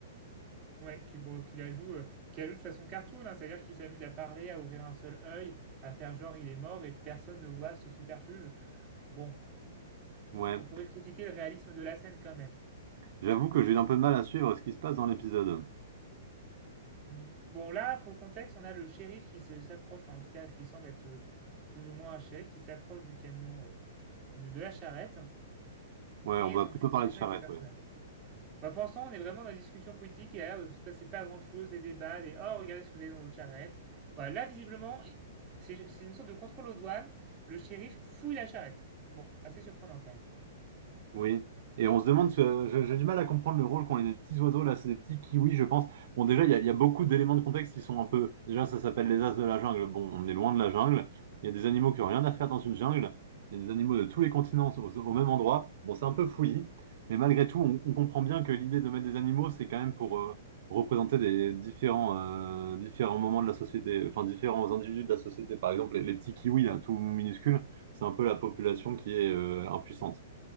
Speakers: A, on the right (about 30°); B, on the right (about 60°).
A: Ouais, qui, bon, qui la joue, euh, qui la joue de façon cartoon, hein, c'est-à-dire qu'il s'amuse à parler, à ouvrir un seul œil, à faire genre il est mort et personne ne voit ce superfuge. Bon,
B: Ouais,
A: on pourrait critiquer le réalisme de la scène quand même.
B: J'avoue que j'ai eu un peu de mal à suivre ce qui se passe dans l'épisode.
A: Hmm, Bon, là, pour le contexte, on a le shérif qui se- s'approche, enfin, en tout cas, ce qui semble être euh, plus ou moins un shérif qui s'approche du camion, euh, du- de la charrette,
B: Ouais,
A: et
B: on va
A: il s'ensuit
B: plutôt
A: une discussion
B: parler de charrette,
A: avec les personnages.
B: ouais.
A: Bah, pour l'instant, on est vraiment dans une discussion politique et il a l'air de ne se passer pas grand-chose, des débats, des oh, regardez ce que vous avez dans votre charrette. Voilà, là, visiblement, c'est c'est une sorte de contrôle aux douanes. Le shérif fouille la charrette. Bon, assez surprenant quand même.
B: Oui. Et on se demande, ce- je- j'ai du mal à comprendre le rôle qu'ont les petits oiseaux là, c'est des petits kiwis, je pense. Bon, déjà, il y a, il y a beaucoup d'éléments de contexte qui sont un peu. Déjà, ça s'appelle les as de la jungle. Bon, on est loin de la jungle. Il y a des animaux qui ont rien à faire dans une jungle. Il y a des animaux de tous les continents au, au même endroit. Bon, c'est un peu fouillis, mais malgré tout, on, on comprend bien que l'idée de mettre des animaux, c'est quand même pour euh, représenter des différents, euh, différents moments de la société, enfin différents individus de la société. Par exemple, les, les petits kiwis, là, tout minuscules, c'est un peu la population qui est euh, impuissante.